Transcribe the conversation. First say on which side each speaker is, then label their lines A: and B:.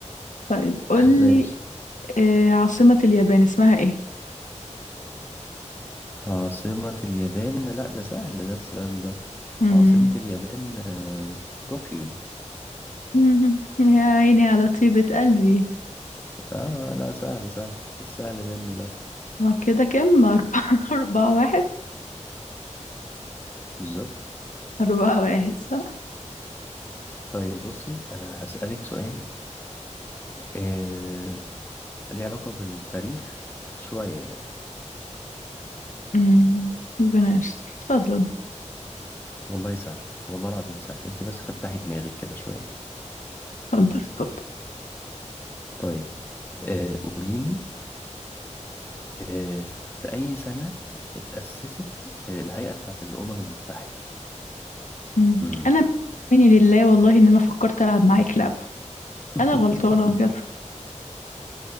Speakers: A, on the left; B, on the left.
A: طيب قول
B: ماشي
A: لي آه، عاصمة اليابان اسمها ايه
B: عاصمة اليابان لا ده سهل ده السؤال ده
A: مم.
B: عاصمة اليابان آه، طوكيو
A: <laughs> مم. يا عيني على طيبة قلبي
B: اه لا سهل سهل السهل منه ده
A: آه، كده كم أربعة <laughs> أربعة واحد
B: بالظبط
A: أربعة واحد صح
B: طيب بصي انا هسألك سؤال آه... ليه علاقة بالتاريخ شوية يعني.
A: مم. ربنا يستر اتفضل
B: والله سهل والله العظيم سهل انت بس فتحي دماغك كده شوية
A: اتفضل اتفضل
B: طيب آه قوليلي آه في أي سنة اتأسست آه الهيئة بتاعت الأمم المتحدة
A: مم.
B: مم.
A: انا مني لله والله ان انا فكرت العب معاك لعبه
B: <laughs>
A: انا غلطانه بجد